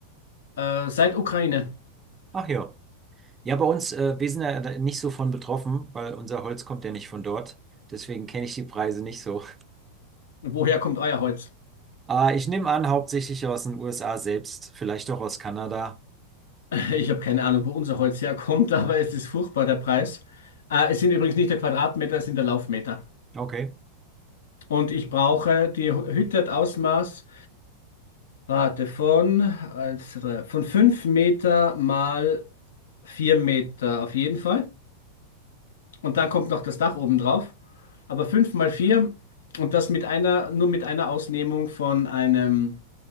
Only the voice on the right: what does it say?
Ach ja. Ja, bei uns, äh, wir sind ja da nicht so von betroffen, weil unser Holz kommt ja nicht von dort. Deswegen kenne ich die Preise nicht so. <laughs>
Äh, ich nehme an, hauptsächlich aus den USA selbst, vielleicht auch aus Kanada.
Okay.